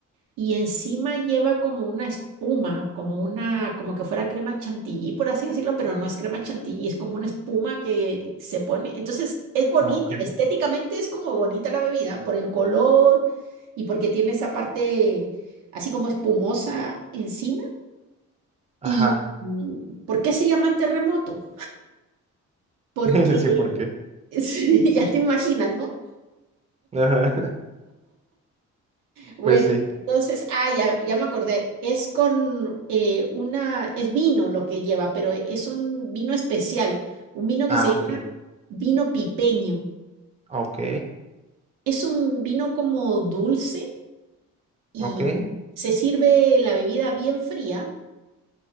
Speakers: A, on the right; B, on the right.
A: y encima lleva como una espuma, como una, como que fuera crema chantilly, por así decirlo, pero no es crema chantilly, es como una espuma que se pone. Entonces es bonita,
B: Ah, ok.
A: estéticamente es como bonita la bebida por el color y porque tiene esa parte así como espumosa encima.
B: Ajá.
A: ¿Y mm, por qué se llama terremoto? Porque
B: <laughs> Sí, ¿por qué?
A: <laughs> sí, ya te imaginas, ¿no?
B: Ajá. <laughs>
A: Bueno,
B: Pues sí.
A: entonces, ah, ya, ya me acordé, es con eh, una, es vino lo que lleva, pero es un vino especial, un vino que
B: Ah,
A: se
B: ok.
A: llama vino pipeño.
B: Ok.
A: Es un vino como dulce y
B: Ok.
A: se sirve la bebida bien fría